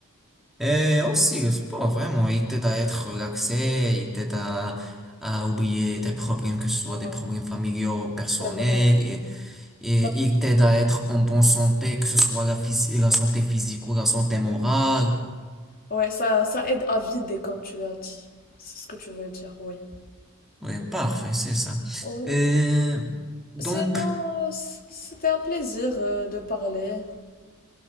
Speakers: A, in the centre; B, on the left.
A: Et aussi, le sport, vraiment, il t'aide à être relaxé, il t'aide à, à oublier tes problèmes, que ce soit
B: Ouais,
A: des problèmes familiaux, personnels,
B: c'est vrai.
A: et, et
B: Ça-
A: il t'aide à être en bonne santé, que ce soit la, phys- la santé physique ou la santé morale.
B: Ouais, ça, ça aide à vider, comme tu l'as dit. C'est ce que tu veux dire, oui.
A: Oui, parfait, c'est ça.
B: Oui.
A: Euh, donc,
B: Sinon, euh, c- c'était un plaisir euh, de parler.